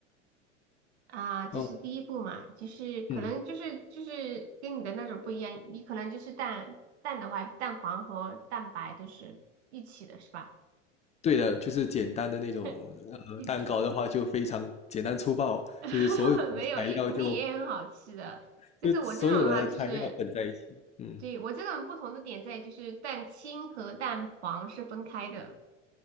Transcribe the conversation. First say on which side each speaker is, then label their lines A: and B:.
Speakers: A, on the right; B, on the left.
A: 啊、这是第一步嘛。
B: 下哦，
A: 就是可能就是就是跟你的那种不一样，
B: 嗯。
A: 你可能就是蛋蛋的话，蛋黄和蛋白都是一起的，是吧？
B: 对的，就是简单的那种呃蛋糕的话，
A: <laughs> 一起，
B: 就非常简单粗暴，
A: <laughs>
B: 就是所有的材料就
A: 没有也肯定也很好吃的，但是我这种的话就是，
B: 就所有的材料混在一起。嗯，
A: 对，我这种不同的点在于就是蛋清和蛋黄是分开的